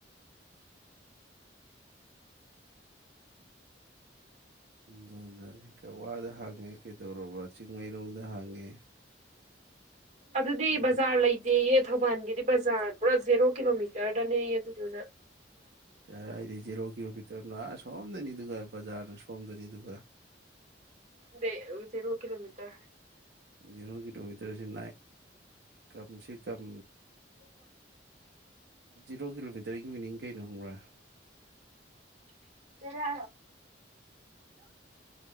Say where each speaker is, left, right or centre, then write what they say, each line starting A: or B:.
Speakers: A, on the right; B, on the right.
A: ꯖꯥ ꯖꯥꯠꯅꯤ ꯀꯛꯋꯥꯗ ꯍꯥꯡꯉꯦ ꯀꯩꯗꯧꯔꯕ ꯆꯤꯡꯃꯩꯔꯣꯡꯗ ꯍꯥꯡꯉꯦ
B: ꯑꯗꯨꯗꯤ
A: ꯑꯗꯨ
B: ꯕꯖꯥꯔ ꯂꯩꯇꯦꯌꯦ ꯊꯧꯕꯥꯜ ꯗꯤ ꯖꯥꯔ ꯄꯨꯔ ꯖꯖꯤꯔꯣ ꯀꯂꯣꯃꯤꯇꯔꯗꯅꯦ ꯑꯗꯨꯖ
A: ꯀꯔꯥꯏꯗꯤꯖꯦꯔꯣꯒꯤ ꯀꯤꯂꯣꯚꯇꯔꯅ ꯑꯥ ꯁꯣꯝꯗꯅꯤꯗꯨ ꯕꯖꯥꯔꯅ ꯁꯣꯝꯗꯅꯤ ꯑꯗꯨꯒ
B: ꯃꯗꯦ ꯆꯦꯔ ꯍ ꯀꯤꯂꯣꯃꯤꯇ꯭ꯔ
A: ꯖꯤꯦꯔꯣ ꯀꯤꯂꯣꯃꯤꯇꯔꯁꯦ ꯅꯥꯏ ꯀꯝꯁꯦ ꯀꯝ ꯖꯤꯔꯣ ꯀꯤꯂꯣꯃꯤꯇꯔꯒꯤ ꯃꯤꯅꯤꯡ ꯀꯩꯅꯣ ꯍꯪꯕ꯭ꯔꯥ
B: ꯣ ꯀꯔ